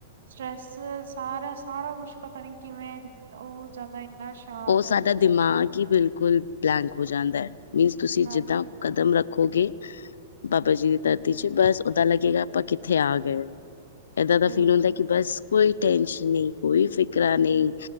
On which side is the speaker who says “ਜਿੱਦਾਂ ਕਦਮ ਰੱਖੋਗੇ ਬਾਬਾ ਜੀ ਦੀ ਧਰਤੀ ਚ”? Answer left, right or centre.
Left